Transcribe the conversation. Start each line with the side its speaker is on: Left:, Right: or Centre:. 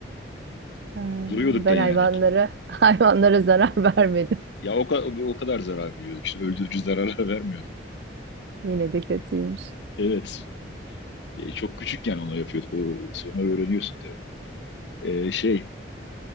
Right: Ha,
Left: vuruyorduk
Right: Ben
Left: da yani.
Right: hayvanlara, <laughs> hayvanlara zarar vermedim.
Left: Ya o, ka- o kadar zarar veriyorduk. İşte öldürücü zararlar <laughs> vermiyorduk.
Right: Yine de kötüymüş.
Left: Evet. E, çok küçükken onu yapıyorduk. O sonra öğreniyorsun tabii. E, şey